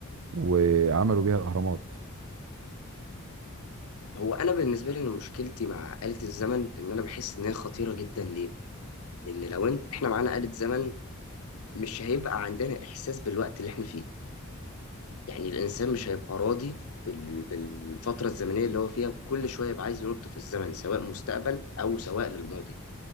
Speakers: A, on the right; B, on the left.
A: وعملوا
B: م.
A: بيها الاهرامات
B: هو انا بالنسبه لي إن مشكلتي مع آلة الزمن ان انا بحس ان هي خطيره جدا ليه لان لو إن احنا معانا آلة زمن مش هيبقى عندنا احساس بالوقت اللي احنا فيه يعني الانسان مش هيبقى راضي بال- بالفتره الزمنيه اللي هو فيها كل شويه يبقى عايز ينط في الزمن سواء مستقبل او سواء للماضي